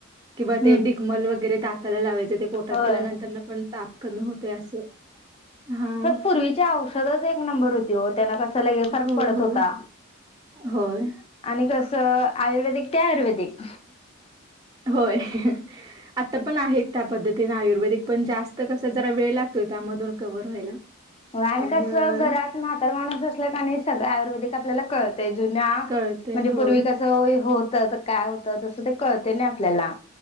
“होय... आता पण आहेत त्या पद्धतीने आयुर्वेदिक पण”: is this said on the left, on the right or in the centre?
Right